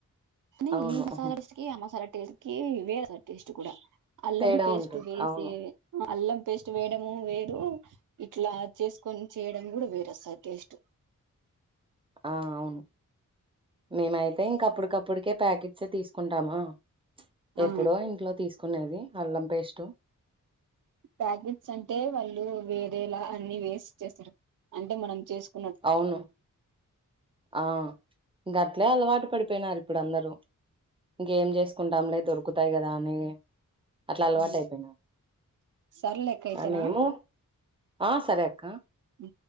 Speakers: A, on the right; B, on the right.
A: కని
B: అవును
A: ఈ మసాలా
B: ఉహు
A: టెస్ట్ కి ఆ మసాలా టేస్ట్ కి వేరస్సలు టేస్ట్ కుడా అల్లం
B: తేడా
A: పేస్టు
B: ఉంటుంది
A: వేసి
B: అవును
A: ఆ అల్లం పేస్ట్ వేయడము వేరు ఇట్లా చేసుకొని చేయడం కూడా వేరు వస్తది టేస్ట్
B: ఆ అవును మేమైతే ఇంకా అప్పుడు అప్పటికప్పుడుకే ప్యాకెట్స్ తీసుకుంటామా
A: ఆ
B: ఎప్పుడో ఇంట్లో తీస్ కునేది అల్లం పేస్టు
A: ప్యాకెట్స్ అంటే వాళ్ళు వేరేలా అన్ని వేసి చేస్తారు అంటే మనం చేస్
B: అవును ఆ గట్లే అలవాటు పడిపోయినారు ఇప్పుడు అందరూ ఇంకేమి చేసుకుంటాంలే దొరుకుతాయి కదా అని అట్లా అలవాటు
A: ఉ
B: అయిపోయినారు
A: సర్లేక్క అయితేనా
B: ఆ మేము ఆ సరే అక్క
A: ఉ